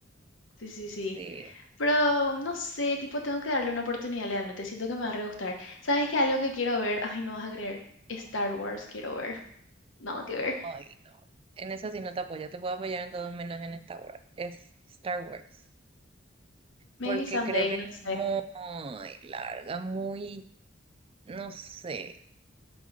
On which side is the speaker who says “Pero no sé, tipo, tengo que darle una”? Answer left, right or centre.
Left